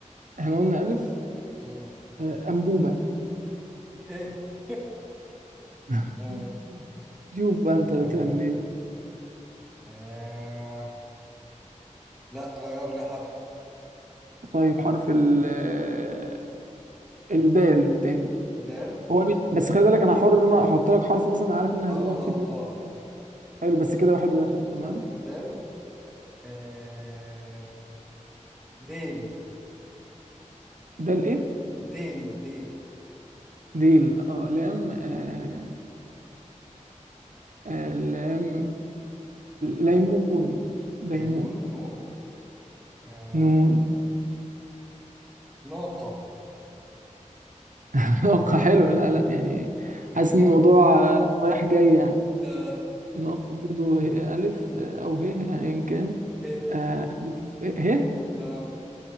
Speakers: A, on the right (about 85°); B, in the centre.
A: احنا قلنا الف
B: مم.
A: آه انبوبة
B: <laughs>
A: <laughs>
B: آه.
A: شوف بقى انت تعمل
B: آه.
A: ايه بقى
B: آه. لا غير لي حرف
A: طيب حرف ال آه، الدال تاني
B: دال
A: هو مي- بس خلي بالك انا حر ان انا احط لك حرف مثلا عارف ان انا
B: اه
A: هزنقك فيه
B: اه
A: دلوقتي.
B: اه
A: حلو بس كده واحد واحد تمام
B: حرف الدال آه ديل
A: ده الايه
B: ديل ديل
A: دي ال- اه لام آه آه لام ليمون ليمون
B: ليمون نون آه
A: نون
B: ناقة
A: <laughs> نقطة حلو لا لا يعني
B: <laughs>
A: حاسس ان الموضوع آه، رايح جاي يعني
B: آه
A: نقطة برضه ه- ألف آه، أو ه يعني إن كان
B: ه
A: آه، ه
B: آه